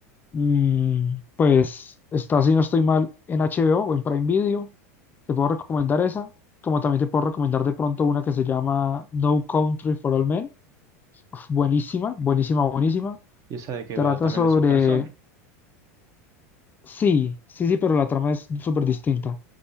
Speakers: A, on the left; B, on the right.
A: Mm, pues está, si no estoy mal, en HBO o o en Prime Video. Te puedo recomendar esa, como también te puedo recomendar de pronto una que se llama No Country for All Men. Uf, buenísima, buenísima, buenísima.
B: ¿Y esa de qué
A: Trata
B: va? ¿También
A: sobre,
B: de suspenso?
A: sí, sí, sí, pero la trama es súper distinta.